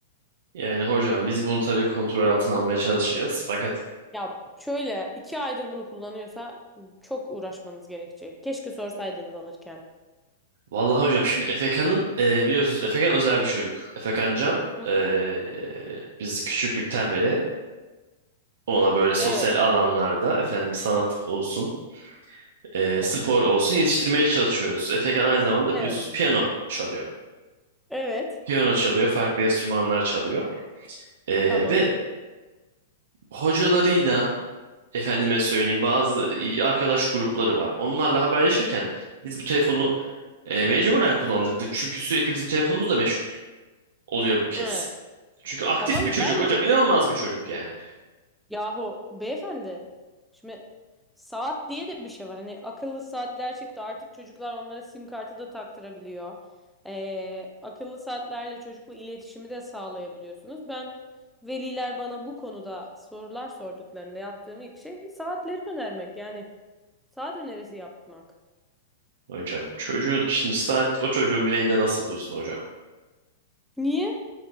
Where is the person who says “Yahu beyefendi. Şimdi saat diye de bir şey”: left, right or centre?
Centre